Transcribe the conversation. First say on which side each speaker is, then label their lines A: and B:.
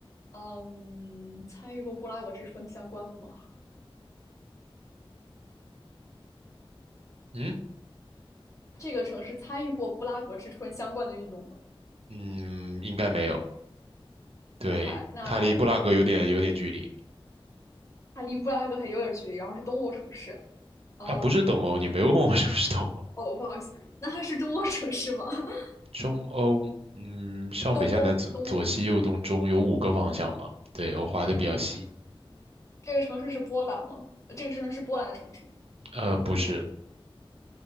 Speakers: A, on the left; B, on the right.
A: 嗯，参与过布拉格之春相关的吗？
B: 嗯
A: 这个城市参与过布拉格之春相关的运动吗
B: 嗯，应该没有。对，
A: ？OK，那
B: 它离布拉格有点有点距离
A: 它离布拉格还有点距离，然后是东欧城市。嗯，
B: 啊，不是东欧，你没有问我 <laughs> 是不是东欧。
A: 哦，不好意思，那它是东欧城市吗？<laughs>
B: 中欧，嗯，上北下南左左西右东中有五个方向吧？
A: 东欧，东欧，
B: 对，我划的比较细。
A: 这个城市是波兰吗？这个城市是波兰的城市吗，
B: 呃，不是，